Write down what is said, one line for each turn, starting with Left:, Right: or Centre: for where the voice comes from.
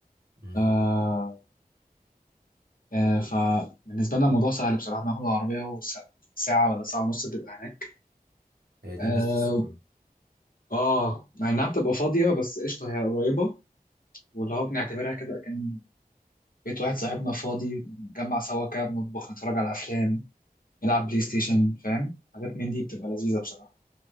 Right: امم
Left: آه آه فبالنسبه لنا الموضوع سهل بصراحه بناخد العربيه وساعه ولا ساعه ونص بتبقى هناك
Right: هي دي
Left: اه
Right: ميزه السفر
Left: آه، مع انها بتبقى فاضيه بس قشطه هي قريبه واللي هو بنعتبرها كده كان بيت واحد صاحبنا فاضي نجمع سوا كده بنطبخ نتفرج على افلام نلعب بلاي ستيشن فاهم حاجات من دي بتبقى لذيذة بصراحة